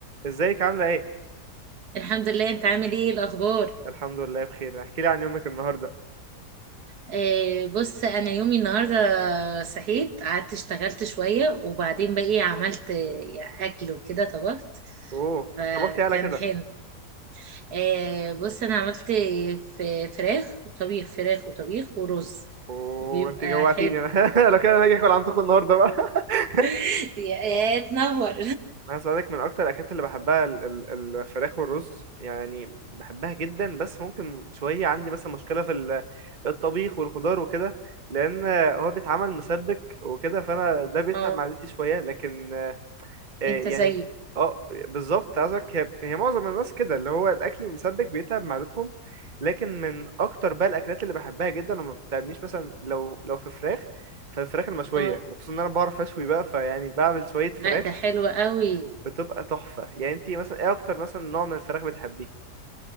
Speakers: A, on the right; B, on the right.
A: ازيك عاملة ايه؟
B: الحمد لله انت عامل ايه الاخبار
A: الحمد لله بخير احكي لي عن يومك النهاردة
B: آه بص انا يومي النهارده صحيت قعدت اشتغلت شويه وبعدين بقى ايه عملت آه،
A: مم.
B: اكل وكده طبخت
A: اوه
B: فكان
A: طبختي على كده
B: حلو آه بص انا عملت ف- فراخ وطبيخ فراخ وطبيخ ورز
A: اوه
B: بيبقى
A: انت جوعتيني
B: حلو
A: انا <laughs> لو كده انا هاجي اكل عندكم النهاردة بقى <laughs>
B: <laughs> يا يا تنور
A: انا هسألك من اكتر الاكلات اللي بحبها ال- ال- الفراخ والرز يعني بحبها جدا بس ممكن شوية عندي مثلا مشكلة في ال- الطبيخ والخضار وكده لان هو بيتعمل مسبك وكده فانا ده بيتعب
B: <laughs> اه
A: معدتي شوية لكن آه،
B: انت
A: يعني
B: زيي
A: اه بالظبط عايزك هي هي معظم الناس كده اللي هو الاكل المسبك بيتعب معدتهم لكن من اكتر بقى الاكلات اللي بحبها جدا وما بتتعبنيش مثلا لو لو في فراخ فالفراخ المشويه
B: اه
A: وخصوصا ان انا بعرف اشوي بقى فيعني بعمل شويه فراخ
B: لا ده حلو قوي
A: بتبقى تحفه يعني انتي مثلا ايه اكتر مثلا نوع من الفراخ بتحبيه